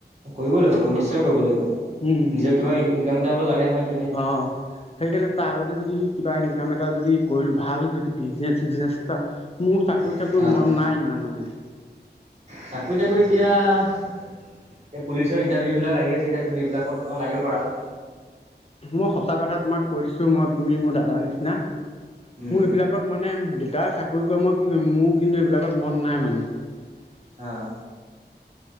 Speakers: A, on the right; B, on the left.
A: কৰিব লাগিব নিশ্চয় কৰিব লাগিব
B: উম
A: নিজৰ কিবা ইনকাম এটা হলেও লাগে নহয় <unintelligible>
B: অ সেইকাৰণে তাৰ <unintelligible> যদি কিবা ইনক এটা যদি কৰিলো ভাল যদি বিজনে চনে এ মোৰ <inaudible> গৈ
A: অ',
B: থাকো মন নাই ইমান মানে <unintelligible>
A: চাকৰি তাকৰি এতিয়া <unintelligible> এই পুলিচৰ ইণ্টাৰভিউবিলাক আহি আছে এতিয়া তুমি এইবিলাকত তমাক লাগিব পাৰা <inaudible>
B: মই সঁচা কথা তোমাক কৈ দিছো মই তুমি মোৰ দাদাৰ নিচিনা
A: উম,
B: মোৰ এইবিলাকত মানে <unintelligible> দেউতাই চাকৰি কৰে মই কি কৰিম মোৰ কিন্তু এইবিলাকত মন নাই মানে <unintelligible>
A: আহ।